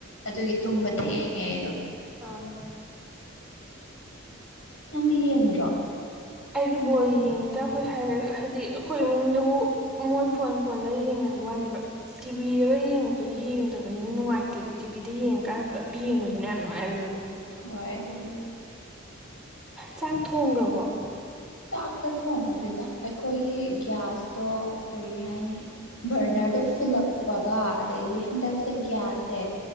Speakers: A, on the left; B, in the centre.
A: ꯑꯗꯨꯒꯤ ꯇꯨꯝꯕ ꯊꯦꯡꯉꯦ ꯑꯩꯗꯣ
B: ꯑ
A: ꯅꯪꯗꯤ ꯌꯦꯡꯗ꯭ꯔꯣ
B: ꯑꯩꯗꯤ ꯕꯣꯜ ꯌꯦꯡꯗ ꯑꯩꯈꯣꯏ ꯁꯥꯏꯗ ꯍꯥꯏꯗꯤ ꯑꯩꯈꯣꯏ ꯏꯃꯨꯡꯗꯕꯨ ꯃꯣꯏ ꯐꯣꯟ ꯐꯣꯟꯗ ꯌꯦꯡꯅꯕ ꯋꯥꯅꯦꯕ꯫ ꯇꯤꯕꯤꯗꯒ ꯌꯦꯡꯕꯗꯨꯗꯤ ꯌꯦꯡꯗꯕꯩꯅ ꯅꯨꯡꯉꯥꯏꯇꯦꯕ ꯇꯤꯕꯤꯗ ꯌꯦꯡꯉꯀꯥꯟꯗ ꯄꯨꯂꯞ ꯌꯦꯡꯕꯗꯨꯅꯦ ꯌꯥꯝ ꯅꯨꯡꯉꯥꯏꯕꯅꯦꯕ꯫
A: ꯍꯣꯏ ꯑꯗꯨꯕꯨꯗꯤ
B: ꯆꯥꯛ ꯊꯣꯡꯈ꯭ꯔꯕꯣ
A: ꯆꯥꯛꯀ ꯊꯣꯡꯗ꯭ꯔꯤꯗ ꯑꯩꯈꯣꯏꯒꯤ ꯒ꯭ꯌꯥꯁꯇꯣ ꯀꯔꯤ ꯍꯥꯏꯅꯤ ꯕꯔꯅꯔꯗꯣ ꯐꯨꯜꯂꯛꯄꯒ ꯑꯗꯒꯤ ꯍꯟꯗꯛꯁꯦ ꯒ꯭ꯌꯥꯁꯁꯦ